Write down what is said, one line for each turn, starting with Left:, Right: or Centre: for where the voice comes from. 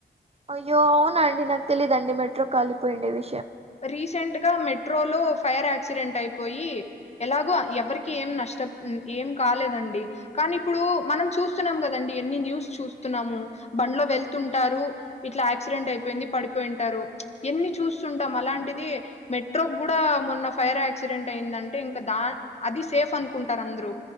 Right: అయ్యో అవున అండి నాకు తెలిదు అండి మెట్రో కాలిపోయిండే వి
Left: రీసెంట్ గా మెట్రోలో ఫైర్ యాక్సిడెంట్ అయి. పోయి ఎలాగో ఎవరికి ఏం నష్టం ఏం కాలేదండి కానీ ఇప్పుడు మనం చూస్తున్నాం కదండి ఎన్ని న్యూస్ చూస్తున్నాము బండ్లో వెళ్తుంటారు ఇట్లా యాక్సిడెంట్ అయిపోయింది పడిపోయింటారు ఎన్ని చూస్తూ తం అలాంటిది మెట్రోకి కూడా మొన్న ఫైర్ యాక్సిడెంట్ అయిందంటే ఇంకా దా అది సేఫ్ అనుకుంటారు అందరు.